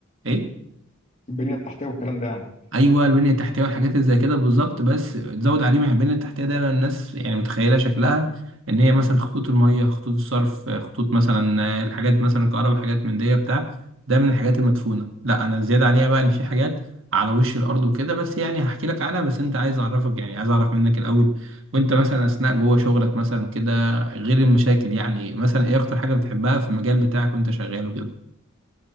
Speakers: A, on the right; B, on the left.
A: ايه
B: البنيه التحتيه والكلام ده يعني
A: ايوه البنيه التحتيه والحاجات اللي زي كده بالظبط بس تزود عليه مع البنيه التحتيه دايما الناس يعني متخيله شكلها ان هي مثلا خطوط الميه خطوط الصرف خطوط مثلا آه، الحاجات مثلا الكهرباء حاجات من دي بتاع ده من الحاجات المدفونه لا انا زياده عليها بقى ان في حاجات على وش الارض وكده بس يعني هحكي لك عنها بس انت عايز اعرفك يعني عايز اعرف منك الاول وانت مثلا اثناء جوه شغلك مثلا كده غير المشاكل يعني مثلا ايه اكتر حاجه بتحبها في المجال بتاعك وانت شغال وكده